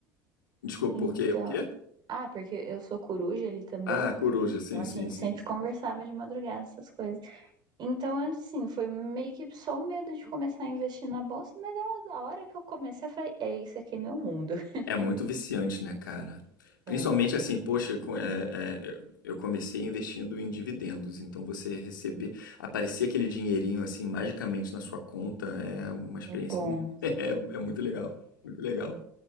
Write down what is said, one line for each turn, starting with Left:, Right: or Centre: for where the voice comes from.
Left: Desculpa,
Right: Então,
Left: porque o quê?
Right: ah, porque eu sou coruja ele também.
Left: Ah, coruja, sim,
Right: Então a
Left: sim,
Right: gente
Left: sim.
Right: sempre conversava de madrugada essas coisas. Então, assim, foi meio que só o medo de começar a investir na bolsa, mas a a hora que eu comecei, eu falei, é isso aqui é meu mundo. <laughs>
Left: É muito viciante, né, cara? Principalmente
Right: É,
Left: assim, poxa, com- é- é, eu eu comecei investindo em dividendos, então você receber, aparecer aquele dinheirinho assim magicamente na sua conta é uma experiência,
Right: é bom.
Left: mu- <laughs> é, é muito legal, muito legal